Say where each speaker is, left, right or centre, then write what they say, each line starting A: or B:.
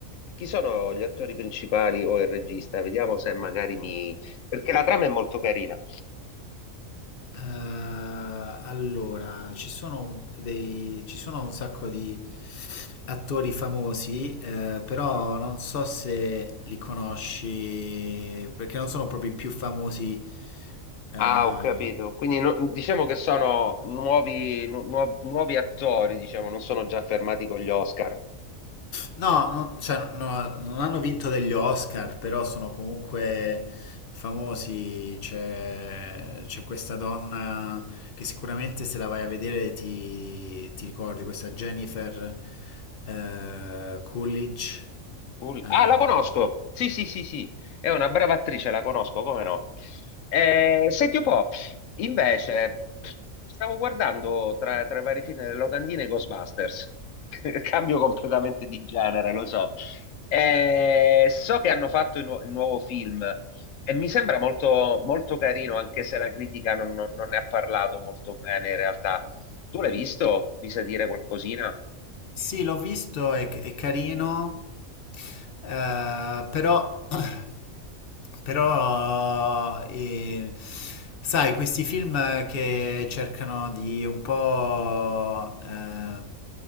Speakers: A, on the left (about 75°); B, on the left (about 50°).
A: Chi sono gli attori principali o il regista? Vediamo se magari mi... Perché la trama è molto carina.
B: Eh, allora, ci sono dei, ci sono un sacco di attori famosi, eh, però non so se li conosci, perché non sono proprio i più famosi. eh,
A: Ah, ho capito. Quindi no- diciamo che sono nuovi, nu- nuovi nuovi attori, diciamo, non sono già fermati con gli Oscar.
B: No, non, cioè, no, non hanno vinto degli Oscar, però sono comunque famosi. C'è c'è questa donna che sicuramente se la vai a vedere ti, ti ricordi, questa Jennifer eh, Coolidge.
A: Ul-
B: Eh,
A: Ah, la conosco! Sì, sì, sì, sì, è una brava attrice, la conosco, come no? Eh, senti un po', invece, stavo guardando tra, tra i vari film delle locandine i Ghostbusters. <laughs> Cambio completamente di genere, lo so. Eh, so che hanno fatto il, nu- il nuovo film e mi sembra molto, molto carino, anche se la critica non, non- non ne ha parlato molto bene in realtà. Tu l'hai visto? Mi sa dire qualcosina?
B: sì, l'ho visto, è, è carino, Eh, però, <clears throat> però eh, sai, questi film che cercano di un po' eh,